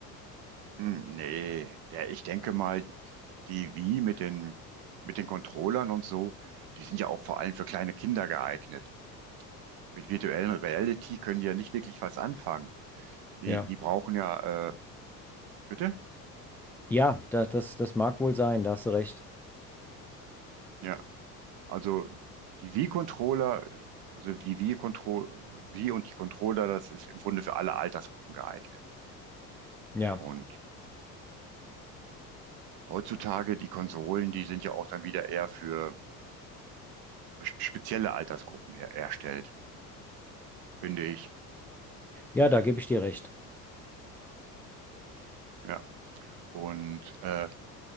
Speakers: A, on the right (about 50°); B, in the centre.
A: Hm, Nee, ja, ich denke mal, die Wii mit den, mit den Controllern und so, die sind ja auch vor allem für kleine Kinder geeignet. Mit virtuellen Reality können die ja nicht wirklich was anfangen. Die,
B: Ja.
A: die brauchen ja, äh, bitte?
B: Ja, das, das, das mag wohl sein, da hast du recht.
A: Ja, also die Wii-Controller, also die Wii-Control, Wii und die Controller, das ist im Grunde für alle Altersgruppen geeignet.
B: Ja,
A: Und heutzutage, die Konsolen, die sind ja auch dann wieder eher für spe- spezielle Altersgruppen her erstellt, finde ich.
B: ja, da gebe ich dir recht.
A: Ja, Und äh,